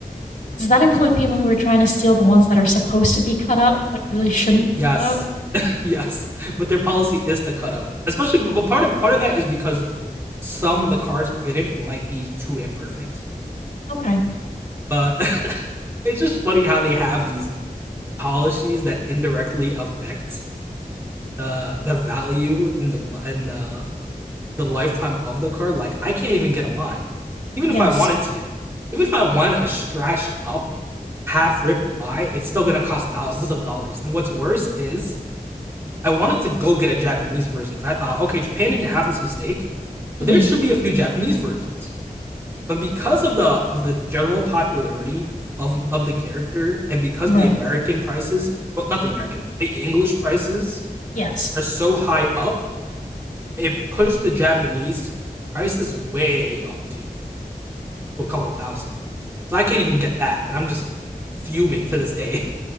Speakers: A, on the left (about 50°); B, on the right (about 15°).
A: Does that include people who are trying to steal the ones that are supposed to be cut up but really shouldn't be
B: Yes,
A: cut up?
B: <laughs> yes, but their policy is to cut up, especially. But part of part of that is because some of the cards printed might be too imperfect,
A: Okay.
B: but. <laughs> it's just funny how they have these policies that indirectly affect the the value and the and the the lifetime of the card. Like I can't even get a my, even
A: Yes.
B: if I wanted to, even if I wanted a scratched up half ripped my, it's still gonna cost thousands of dollars. And what's worse is I wanted to go get a Japanese version because I thought, okay, Japan didn't have this mistake, so
A: Mm.
B: there should be a few Japanese versions but because of the of the general popularity of of the character and because
A: Right.
B: the American prices, well, not the American, the English prices
A: Yes.
B: are so high up, it pushed the Japanese prices way up too, to a couple thousand. So I can't even get that, and I'm just fuming to this day.